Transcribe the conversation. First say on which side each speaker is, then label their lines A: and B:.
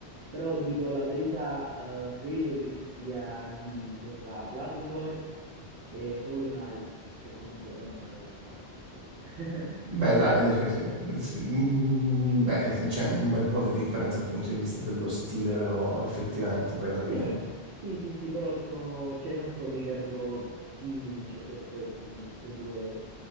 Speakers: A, on the right (about 75°); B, on the right (about 55°).
A: Però dico la verità, eh, credo che sia diviso fra Bloodborne e Hollow Knight, che comunque bene o male in realtà siamo là, <laughs> cioè,
B: beh,
A: non
B: dai,
A: c'è troppa
B: sì,
A: differenza,
B: sì. Sì, sì, mm,
A: non c'è troppa
B: Beh,
A: differenza.
B: c'è un bel po' di differenza dal punto di vista dello stile, però effettivamente poi alla fine...
A: Sì, sì, sì, sì, però sono, cioè non so, li reputo simili in certi aspetti, sono tutte e due